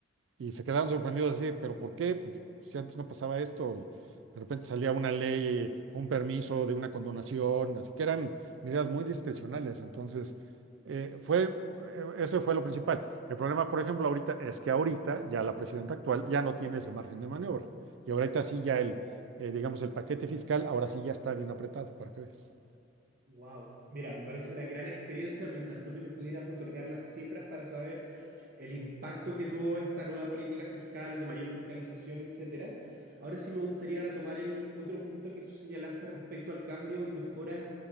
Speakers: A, on the right; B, on the right.
A: Y se quedaron sorprendidos así, pero ¿por qué? Pues, si antes no pasaba esto y de repente salía una ley, eh, un permiso de una condonación, así que eran medidas muy discrecionales. Entonces, eh, fue, eh, eso fue lo principal. El problema, por ejemplo, ahorita es que ahorita ya la presidenta actual ya no tiene ese margen de maniobra. Y ahorita sí ya el, eh, digamos, el paquete fiscal, ahora sí ya está bien apretado, para que veas.
B: Wow, mira, me parece una gran experiencia. Me encantó que me pudieras otorgar las cifras para saber el impacto que tuvo esta nueva política fiscal de mayor fiscalización, etcétera. Ahora sí me gustaría retomar el otro punto que tú señalaste respecto al cambio y mejoras